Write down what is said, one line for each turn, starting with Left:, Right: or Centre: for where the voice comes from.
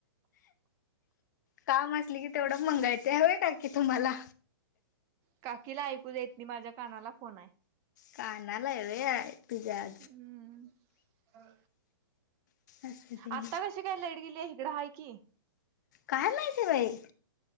Left: काम असली की तेवढं मंगायते हवे का की तुम्हाला
Right: काकीला ऐकू जात नाही माझ्या कानाला फोन आहे.
Left: कानाला हाय होय तुझ्या?
Right: हम्म
Left: असं ते
Right: आता कसे काय लाईड गेली इकड हाय की.
Left: काय माहिती बाई.